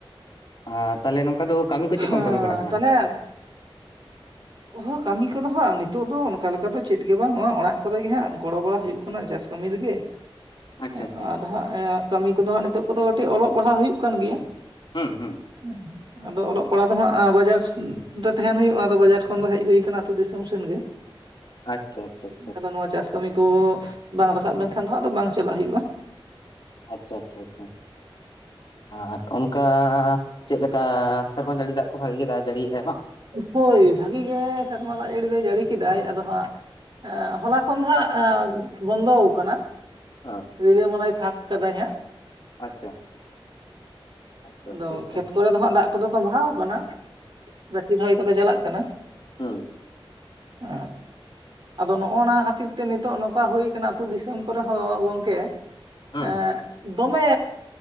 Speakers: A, on the left; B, on the right.
A: ᱟᱨ ᱛᱟᱦᱞᱮ ᱱᱚᱝᱠᱟ ᱫᱚ ᱠᱟᱹᱢᱤ ᱠᱚ
B: ᱦᱮᱸ
A: ᱪᱮᱫ ᱠᱚᱢ ᱠᱟᱹᱢᱤ ᱵᱟᱲᱟ ᱠᱟᱱᱟ
B: ᱛᱟᱦᱚᱞᱮ ᱦᱚᱸ ᱠᱟᱹᱢᱤ ᱠᱚᱫᱚ ᱦᱟᱸᱜ ᱱᱤᱛᱚᱜ ᱫᱚ ᱚᱱ ᱠᱟ ᱞᱮᱠᱟ ᱫᱚ ᱪᱮᱫ ᱜᱮ ᱵᱟᱝ ᱱᱚᱣᱟ ᱚᱲᱟᱜ ᱠᱚᱨᱮᱜᱮ ᱦᱟᱸᱜ ᱜᱚᱲᱚ ᱵᱟᱚᱲ ᱦᱩᱭᱩᱜ ᱠᱟᱱᱟ ᱪᱟᱥ ᱠᱟᱹᱢᱤ ᱨᱮᱜᱮ
A: ᱟᱪᱪᱷᱟ ᱟᱪᱪᱷᱟ
B: ᱟᱨ ᱦᱮᱸ ᱠᱟᱹᱢᱤ ᱠᱚᱫᱚ ᱦᱟᱜ ᱱᱤᱛᱚᱜ ᱠᱚᱫᱚ ᱠᱟᱹᱴᱤᱡ ᱚᱞᱚᱜ ᱯᱟᱲᱦᱟᱜ ᱦᱩᱭᱩᱜ ᱠᱟᱱ ᱜᱮᱭᱟ
A: ᱦᱩᱸ ᱦᱩᱸ
B: ᱦᱮᱸ ᱟᱫᱚ ᱚᱞᱚᱜ ᱯᱟᱲᱦᱟᱜ ᱫᱚ ᱦᱟᱸᱜ ᱵᱟᱡᱟᱨ ᱨᱮ ᱛᱟᱦᱮᱱ ᱦᱳᱭᱩᱜ-ᱟ ᱟᱫᱚ ᱵᱟᱡᱟᱨ ᱠᱷᱚᱱ ᱫᱚ ᱦᱮᱡ ᱦᱩᱭ ᱟᱠᱟᱱᱟ ᱟᱹᱛᱩᱳ ᱫᱤᱥᱚᱢ ᱥᱮᱱᱜᱮ
A: ᱟᱪᱪᱷᱟ ᱟᱪᱪᱷᱟ ᱟᱪᱪᱷᱟ
B: ᱟᱫᱚ ᱱᱚᱣᱟ ᱪᱟᱥ ᱠᱟᱹᱢᱤ ᱠᱚ ᱵᱟᱝ ᱨᱟᱠᱟᱵ ᱞᱮᱱᱠᱷᱟᱱ ᱫᱚ ᱟᱫᱚ ᱵᱟᱝ ᱪᱟᱞᱟᱜ ᱦᱩᱭᱩᱜᱼᱟ᱾
A: ᱟᱪᱪᱷᱟ ᱟᱪᱪᱷᱟ ᱟᱪᱪᱷᱟ ᱟᱨ ᱚᱱ ᱠᱟ ᱪᱮᱫ ᱞᱮᱠᱟ ᱥᱮᱨᱢᱟ ᱡᱟᱹᱲᱤ ᱫᱟᱜ ᱠᱚ ᱵᱷᱟᱜᱤ ᱜᱮ ᱫᱟᱜ ᱡᱟᱹᱲᱤᱭᱝᱮᱜ-ᱟᱭ ᱵᱟᱝ
B: ᱦᱳᱭ ᱵᱷᱟᱹᱜᱤ ᱜᱮ ᱥᱮᱨᱢᱟ ᱫᱟᱜ ᱡᱟᱨᱤ ᱫᱚᱭ ᱡᱟᱨᱤ ᱠᱮᱫᱟᱭ ᱟᱫᱚ ᱦᱟᱸᱜ ᱦᱚᱞᱟ ᱠᱷᱚᱱ ᱫᱚ ᱦᱟᱸᱜ ᱵᱚᱱᱫᱚᱣ ᱠᱟᱱᱟ
A: ᱚ
B: ᱨᱤᱞᱟᱹ ᱢᱟᱞᱟᱭ ᱯᱷᱟᱠ ᱠᱟᱫᱟᱭ ᱦᱟᱜ
A: ᱟᱪᱪᱷᱟ ᱟᱪᱪᱷᱟ
B: ᱟᱫᱚ
A: ᱟᱪᱪᱷᱟ ᱟᱪᱪᱷᱟ
B: ᱠᱷᱮᱛ ᱠᱚᱨᱮ ᱫᱚ ᱦᱟᱸᱜ ᱫᱟᱜ ᱠᱚᱫᱚ ᱛᱚ ᱵᱟᱦᱟᱣ ᱠᱟᱱᱟ ᱜᱟᱹᱪᱷᱤ ᱨᱚᱦᱚᱭ ᱠᱚᱫᱚ ᱪᱟᱞᱟᱜ ᱠᱟᱱᱟ᱾
A: ᱦᱮᱸ
B: ᱚ ᱟᱫᱚ ᱱᱚᱜᱼᱱᱟ ᱠᱷᱟᱹᱛᱤᱨ ᱛᱮ ᱱᱤᱛᱚᱜ ᱱᱚᱝᱠᱟ ᱦᱩᱭᱠᱟᱱᱟ ᱟᱹᱛᱩ ᱫᱤᱥᱚᱢ ᱠᱚᱨᱮ ᱦᱚᱸ ᱜᱚᱝᱠᱮ
A: ᱦᱩᱸ
B: ᱮᱸᱜ ᱫᱚᱢᱮ